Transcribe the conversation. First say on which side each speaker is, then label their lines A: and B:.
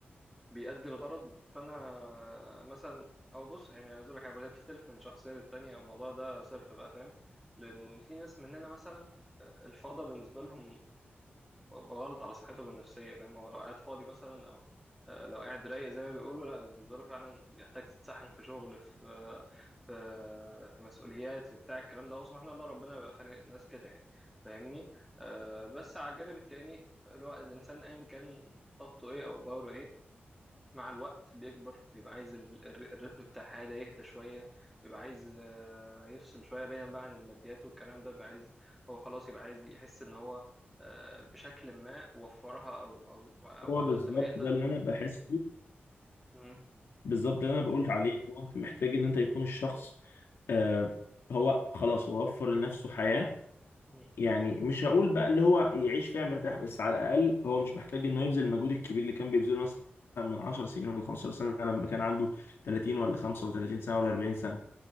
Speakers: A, in the centre; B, on the left.
A: بيأدي الغرض فانا مثلا او بص يعني عايز اقول لك حاجه هي بتختلف من شخصيه للتانيه الموضوع ده صرف بقى فاهم لان في ناس مننا مثلا آه، الفاضه بالنسبه لهم غلط على صحتهم النفسيه فاهم هو لو قاعد فاضي مثلا او آه، لو قاعد رايق زي ما بيقولوا لا بالنسبه له فعلا بيحتاج تتسحل في شغل في آه، في في مسؤوليات في بتاع الكلام ده هو سبحان الله ربنا بيبقى خالق ناس كده يعني فاهمني آه، بس على الجانب التاني الو- الانسان ايا كان طاقته ايه او باوره ايه مع الوقت بيكبر بيبقى عايز ال- الر- الريتم بتاع الحياة ده يهدى شوية بيبقى عايز آه، يفصل شوية بعيدا بقى عن الماديات والكلام ده بيبقى عايز هو خلاص يبقى عايز يحس إن هو آه، بشكل ما وفرها أو أو أو
B: هو
A: على
B: بالظبط
A: قد ما يقدر
B: ده اللي انا بحسه
A: مم.
B: بالظبط ده اللي انا بقول عليه هو انت محتاج ان انت يكون الشخص آه هو خلاص هو وفر لنفسه حياه
A: مم.
B: يعني مش هقول بقى اللي هو يعيش فيها مرتاح بس على الاقل هو مش محتاج انه يبذل المجهود الكبير اللي كان بيبذله مثلا من 10 سنين ولا 15 سنه لما كان عنده 30 ولا 35 سنه ولا 40 سنه